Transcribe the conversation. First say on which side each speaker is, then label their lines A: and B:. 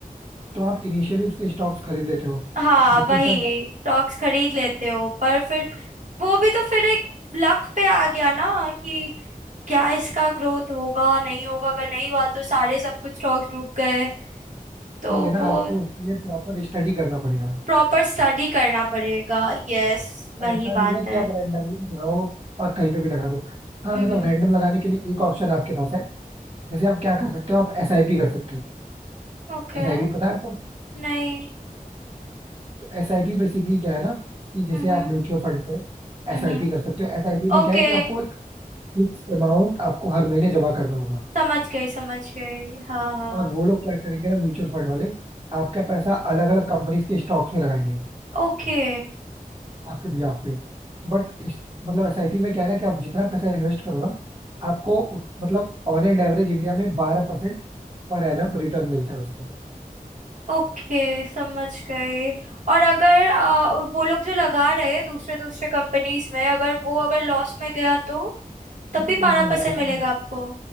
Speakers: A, on the right; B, on the right.
A: तो आप इनिशियली उसके स्टॉक्स खरीद लेते हो
B: हाँ
A: जो कि
B: वही
A: उस टाइम
B: स्टॉक्स खरीद लेते हो पर फिर वो भी तो फिर एक लक पे आ गया ना कि क्या इसका ग्रोथ होगा नहीं होगा अगर नहीं हुआ तो सारे सब कुछ स्टॉक्स डूब गए तो
A: ये ना
B: वो
A: आपको उसके लिए प्रॉपर स्टडी करना पड़ेगा
B: प्रॉपर स्टडी करना पड़ेगा यस
A: तो
B: वही
A: ऐसा
B: बात
A: नहीं है कि
B: है
A: आप रैंडमली जाओ और कहीं पे भी लगा दो हाँ
B: हम्म
A: मतलब रैंडम लगाने के लिए एक ऑप्शन आपके पास है जैसे आप क्या कर सकते हो आप एस आई पी कर सकते हो
B: ओके
A: एस आई पी पता है आपको
B: नहीं
A: एस आई पी बेसिकली क्या है ना कि जैसे
B: हम्म
A: आप म्यूचुअल फंड से
B: हम्म
A: एस आई पी कर सकते हो एस आई पी में
B: ओके
A: क्या है कि आपको एक फिक्स अमाउंट आपको हर महीने जमा करना होगा
B: समझ गई समझ गई हाँ हाँ
A: और वो लोग क्या करेंगे ना म्यूचुअल फंड वाले आपका पैसा अलग अलग कंपनीज के स्टॉक्स में लगाएंगे
B: ओके
A: आपके बिहाफ पे बट मतलब एसआईपी में क्या है ना कि आप जितना पैसा इन्वेस्ट करो ना आपको उत- मतलब ऑन एंड एवरेज इंडिया में बारह परसेंट पर एनम रिटर्न मिलता है उसमें
B: ओके समझ गए और अगर अ, वो लोग जो लगा रहे हैं दूसरे दूसरे कंपनीज में अगर वो अगर लॉस में गया तो तब
A: नहीं
B: भी बारह
A: नहीं,
B: परसेंट
A: ऐसा
B: मिलेगा
A: नहीं है
B: आपको